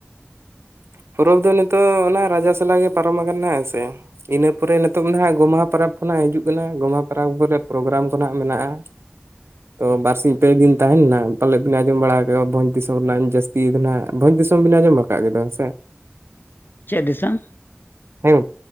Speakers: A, on the right; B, on the left.
A: ᱯᱚᱨᱚᱵᱽ ᱫᱚ ᱱᱤᱛᱚᱜ ᱚᱱᱟ ᱨᱟᱡᱚ ᱥᱟᱞᱟ ᱜᱮ ᱯᱟᱨᱚᱢ ᱟᱠᱟᱱᱟ ᱦᱮᱸᱥᱮ ᱤᱱᱟᱹ ᱯᱚᱨᱮ ᱱᱤᱛᱚᱜ ᱫᱚ ᱦᱟᱜ ᱜᱚᱢᱦᱟ ᱯᱟᱨᱟᱵᱽ ᱠᱷᱚᱱᱟᱜ ᱦᱤᱡᱩᱜ ᱠᱟᱱᱟ ᱜᱚᱢᱦᱟ ᱯᱟᱨᱟᱵᱽ ᱠᱚᱨᱮ ᱯᱨᱳᱜᱨᱟᱢ ᱠᱚ ᱦᱟᱱᱟᱜ ᱢᱮᱱᱟᱜᱼᱟ
B: <inaudible>
A: ᱛᱚ ᱵᱟᱨ ᱥᱤᱧ ᱯᱮ ᱫᱤᱱ ᱛᱟᱦᱮᱱᱟ ᱯᱟᱞᱮᱫ ᱵᱤᱱ ᱟᱸᱡᱚᱢ ᱵᱟᱲᱟ ᱟᱠᱟᱼᱟ ᱵᱷᱚᱡᱽ ᱫᱤᱥᱚᱢ ᱨᱮᱱᱟᱜ ᱟᱰᱤ ᱡᱟᱹᱥᱛᱤ ᱠᱟᱱᱟ ᱦᱟᱜ ᱵᱷᱚᱡᱽ ᱫᱤᱥᱚᱢ ᱵᱤᱱ ᱟᱸᱡᱚᱢ ᱟᱠᱟᱫᱣᱟ <unintelligible>
B: ᱪᱮᱫ ᱫᱤᱥᱚᱢ
A: ᱦᱮᱸ